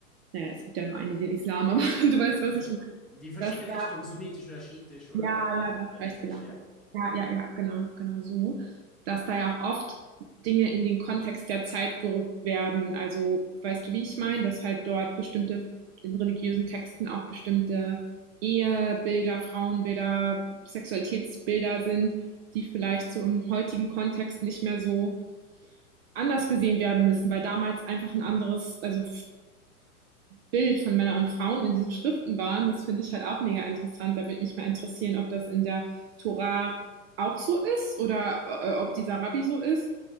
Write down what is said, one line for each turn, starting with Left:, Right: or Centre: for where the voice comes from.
Right: naja, es gibt ja nur einen, den Islam, aber <laughs> du weißt, was ich meine.
Centre: <laughs> Die verschiedene
Right: Dass da,
Centre: Richtung, sunnitisch oder schiitisch oder
Right: ja, ja, ja,
Centre: alawitisch,
Right: weißt genau.
Centre: ja.
Right: Ja, ja, ja, genau, genau so. Dass da ja auch oft Dinge in den Kontext der Zeit gerückt werden. Also, weißt du, wie ich meine? Dass halt dort bestimmte, in religiösen Texten auch bestimmte Ehebilder, Frauenbilder, Sexualitätsbilder sind, die vielleicht so im heutigen Kontext nicht mehr so anders gesehen werden müssen, weil damals einfach ein anderes, also Bild von Männern und Frauen in diesen Schriften waren, das finde ich halt auch mega interessant. Da würde mich mal interessieren, ob das in der Tora auch so ist oder äh, ob dieser Rabbi so ist